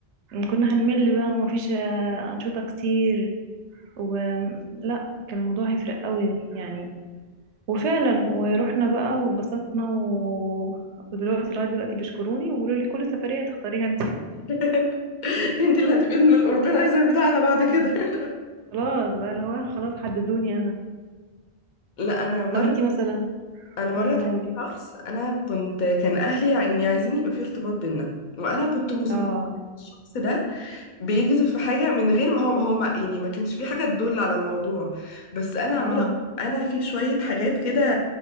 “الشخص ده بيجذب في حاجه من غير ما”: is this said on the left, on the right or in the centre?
Left